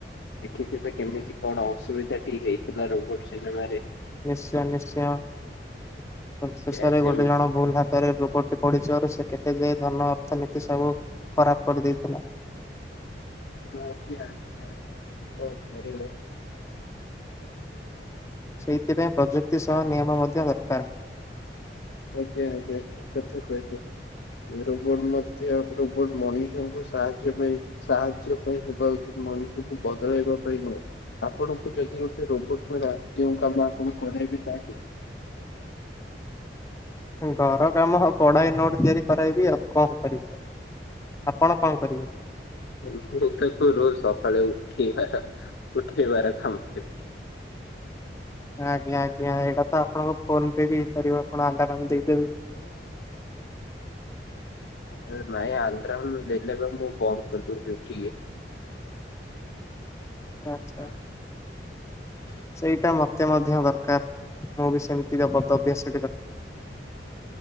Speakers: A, on the left; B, on the left.
A: ଦେଖିଥିବେ କେମିତି କଣ ଅସୁବିଧା ଟି ହେଇଥିଲା ରୋବୋଟ ସିନେମାରେ।
B: ନିଶ୍ଚୟ, ନିଶ୍ଚୟ ଶେଷରେ
A: ଏ ସେମିତି
B: ଗୋଟେ ଜଣ ଭୁଲ ହାତରେ ରୋବଟ ସେ ପଡିଥିବାରୁ ସେ କେତେ ଯେ ଧନ ଅର୍ଥନୀତି ସବୁ ଖରାପ କରିଦେଇଥିଲା।
A: ଆଜ୍ଞା, କଣ କଣ କରିବା?
B: ସେଇଥିପାଇଁ ପ୍ରଯୁକ୍ତି ସହ ନିୟମ ମଧ୍ୟ ଦରକାର।
A: ଆଜ୍ଞା ଆଜ୍ଞା ଠିକ କଥା କହିଲେ। ରୋବୋଟ ମଧ୍ୟ ରୋବୋଟ ମଣିଷଙ୍କୁ ସାହାଯ୍ୟ ପାଇଁ ସାହାଯ୍ୟ ପାଇଁ ହେବା ଉଚିତ, ମଣିଷକୁ ବଦଳେଇବା ପାଇଁ ନୁହେଁ। ଆପଣଙ୍କୁ ଯଦି ଗୋଟେ ରୋବୋଟ ଦ୍ଵାରା କେଉଁ କାମ ଆପଣ କରେଇବେ ତାକେ?
B: ଘର କାମ ହଉ ପଢ଼ାଇ ନୋଟ୍ ତିଆରି କରାଇବି ଆଉ କଣ କରିବି ତାକୁ। ଆପଣ କଣ କରିବେ?
A: <unintelligible> ତାକୁ ରୋଜ ସକାଳେ ଉଠେଇବାର ଉଠେଇବାର କାମ। <unintelligible>
B: ଆଜ୍ଞା, ଆଜ୍ଞା ଏଇଟା ତ ଆପଣଙ୍କ ଫୋନ ପେ ବି ହେଇପାରିବ ଆପଣ ଆଣ୍ଡାମାନ ଦେଇପାରିବେ।
A: ହଁ ନାଇଁ ଆଣ୍ଡ୍ରାମ ଦେଲେପା ମୁଁ ବନ୍ଦ କରିଦଉଚି ଉଠିକି।
B: ଆଚ୍ଛା।
A: <inaudible>
B: ସେଇଟା ମତେ ମଧ୍ୟ ଦରକାର ମୁଁ ବି ସେମିତିର ବଦଭ୍ୟାସ